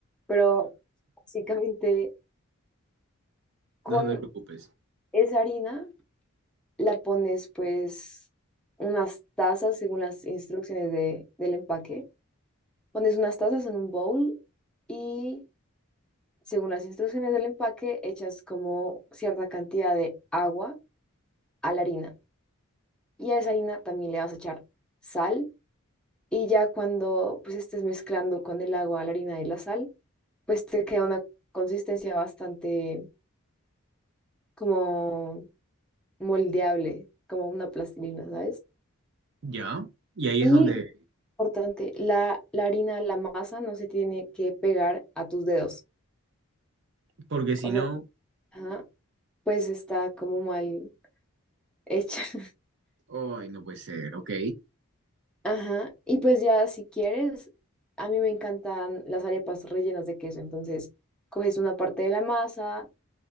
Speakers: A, in the centre; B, on the right (about 55°).
A: pero básicamente con
B: no te preocupes.
A: esa harina la pones pues unas tazas según las instrucciones de, del empaque. Pones unas tazas en un bowl y según las instrucciones del empaque echas como cierta cantidad de agua a la harina. Y a esa harina también le vas a echar sal y ya cuando pues estés mezclando con el agua, la harina y la sal, pues te queda una consistencia bastante como moldeable, como una plastilina, ¿sabes?
B: Ya, y ahí
A: Y
B: es donde,
A: importante, la, la harina, la masa no se tiene que pegar a tus dedos.
B: porque si
A: O
B: no,
A: sea, ajá, pues está como mal hecha. <laughs>
B: ay, no puede ser, ok.
A: Ajá. Y pues ya si quieres, a mí me encantan las arepas rellenas de queso. Entonces, coges una parte de la masa,